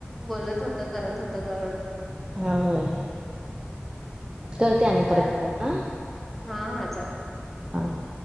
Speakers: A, in the centre; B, on the right (about 20°).
A: बोलत होतो, करत होतो करून.
B: होय, करते आणि
A: जरा
B: परत कॉल. हा.
A: हा.. हा, चालतंय.
B: हा.